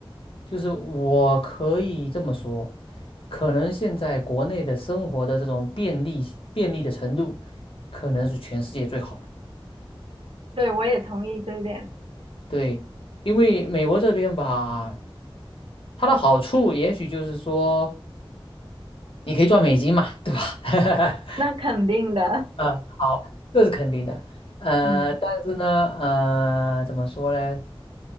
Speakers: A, on the left; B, on the right.
A: 就是我可以这么说，可能现在国内的生活的这种便利便利的程度，可能是全世界最好的。
B: 对，我也同意这一点，
A: 对，因为美国这边吧，它的好处也许就是说，你可以赚美金嘛，对吧？<laughs>
B: 那肯定的，
A: 嗯，好，这是肯定的。呃，
B: <laughs> 嗯。
A: 但是呢，呃，怎么说呢？